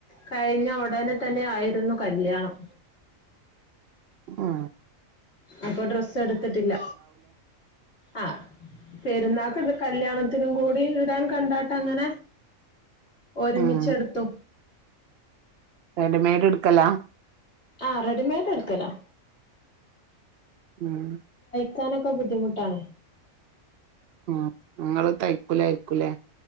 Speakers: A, on the left; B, on the right.
A: കഴിഞ്ഞ ഉടനെ തന്നെ ആയിരുന്നു കല്യാണം
B: ആ
A: അപ്പൊ ഡ്രസ്സ് എടുത്തിട്ടില്ല ആ പെരുന്നാക്ക് കല്യാണത്തിനും കൂടി ഇടാൻ കണ്ടാട്ടങ്ങനെ ഒരുമിച്ചെടുത്തു
B: ഉം റെഡി മേട് എടുക്കലാ
A: ആ റെഡിമെയ്ഡ് എടുക്കലാ
B: ഉം
A: ക്കാനൊക്കെ ബുദ്ധിമുട്ടാണ്
B: ഉ നിങ്ങള് തയ്ക്കൂലായിരിക്കും അല്ലേ